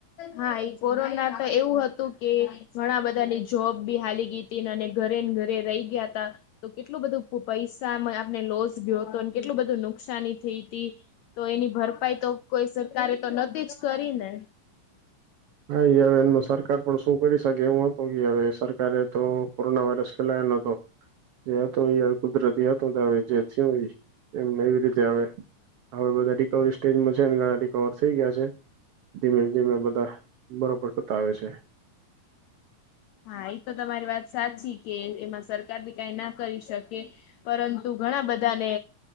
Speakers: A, on the left; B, on the right.
A: હા એ કોરોના તો એવું હતું કે ઘણા બધા ની જોબ બી હાલી ગઈ હતીને અને ઘરે ને ઘરે રહી ગયા તા તો કેટલું બધું પૈસા આપને લોસ ગયો હતો અને કેટલું બધું નુકસાની થઈ હતી. તો એની ભરપાઈ તો કોઈ સરકારે તો નથીતી જ કરી ને
B: હા હવે એ સરકાર પણ શું કરી શકે એવું હત કે હવે સરકારે તો કોરોના વાયરસ ના નો તો જે હતોય કુદરતી હતો આવે જે થયું હોય એમ નવી રીતે આવે હવે બધા રિકવરી સ્ટેજમાં છે અને ઘણા રિકવર થઈ ગયા છે ધીમે ધીમે બધા બરોબર સતાવે છે.
A: હા એ તો તમારી વાત સાચી કે એમાં સરકાર બી કઈ ના કરી શકે પરંતુ ઘણા બધા ને